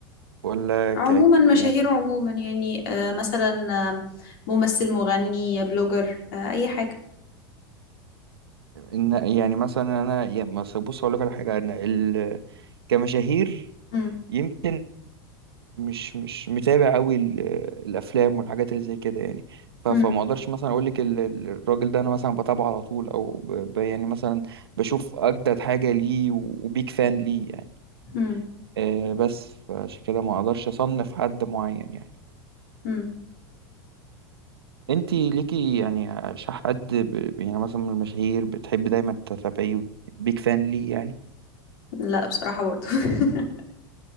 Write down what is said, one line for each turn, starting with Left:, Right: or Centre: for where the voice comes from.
Right: ولا
Left: عموما
Right: ك
Left: مشاهير
Right: يعني
Left: عموما يعني آه، مثلا آه، ممثل مغني آه، بلوجر آه، اي حاجة
Right: إن يعني مثلا انا يعني مثلا بص اقول لك على حاجه انا ال... كمشاهير
Left: مم.
Right: يمكن مش مش متابع قوي ال... الافلام والحاجات اللي زي كده يعني ف...
Left: مم.
Right: فما اقدرش مثلا اقول لك ال... ال- الراجل ده انا مثلا بتابعه على طول او ب... ب... يعني مثلا بشوف اجدد حاجه ليه و... وبيك فان ليه يعني
Left: مم.
Right: آه بس فعشان كده ما اقدرش اصنف حد معين يعني
Left: مم.
Right: انت ليكي يعني ش- حد ب... يعني مثلا من المشاهير بتحب دايما تتابعيه بيك فان ليه يعني
Left: لا بصراحة برضو <laughs>